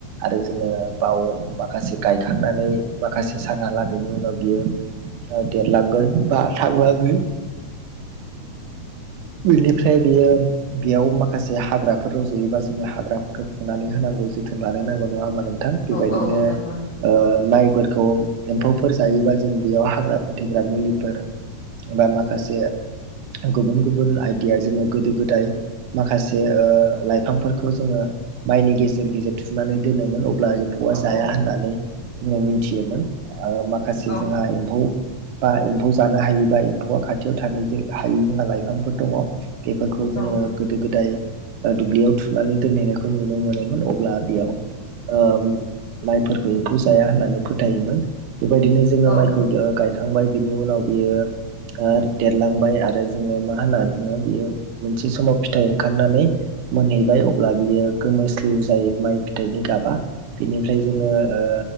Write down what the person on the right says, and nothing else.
आरो जोङो बाव माखासे गायखांनानै माखासे सानहालागैनि उनाव बियो देरलांगोन बा थांलांगोन। बेनिफ्राय बेयो बेयाव माखासे हाग्रा फोर रजयोबा जोङो हाग्राफोरखौ फुनानै होनांगौ जोथोन लानो नांगौ नङा होमबा नों थां बेबायदिनो
ओ लाइफोरखौ एम्फौफोर जायोबा जों बेयाव हाग्रा फोथैग्रा मुलिफोर बा माखासे गुबुन गुबुन आयदिया जोङो गोदो गोदाय माखासे ओ लाइफांफोरखौ जोङो माइनि गेजेर गेजेर थुनानै दोनोमोन अब्ला एम्फौवा
जाया
होननानै जोङो मिथियोमोन माखासे
जोंहा एम्फौ बा एम्फौ जानो हायो बा एम्फौआ खाथियाव थानोहायै जोंहा लाइफांफोर दङ बेफोरखौ
जोङो गोदो गोदाय ओ दुब्लियाव थुनानै दोनहैनायखौ नुनो मोनोमोन अब्ला बेयाव ओ माइफोरखौ एम्फौ जाया होननानै फोथायोमोन बेबायदिनो
जोङो माइखौ गायखांबाय बिनि उनाव बियो ओ देरलांबाय आरो जोङो मा होनना बुङो बियो मोनसे समाव फिथाइ ओंखारनानै मोनहैबाय अब्ला बियो गोमोस्लिउ जायो माइ फिथाइनि गाबा बेनिफ्राय जोङो ओ